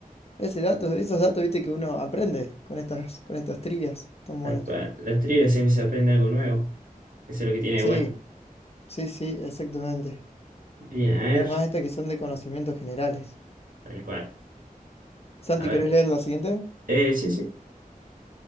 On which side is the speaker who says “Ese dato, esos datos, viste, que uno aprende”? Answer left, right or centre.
Left